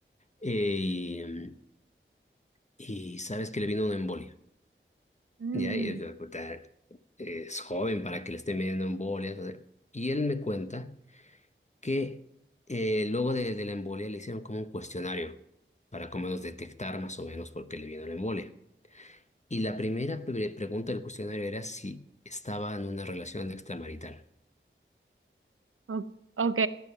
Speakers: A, on the left; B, on the right.
A: Eh, y, mm, y sabes que le vino una embolia.
B: Mm,
A: Ya, y, eh, puta, es joven para que le esté midiendo embolias. o sea, y él me cuenta que eh, luego de, de la embolia le hicieron como un cuestionario para como menos detectar más o menos por qué le vino la embolia. Y la primera pre- pregunta del cuestionario era si estaba en una relación extramarital.
B: o- ok.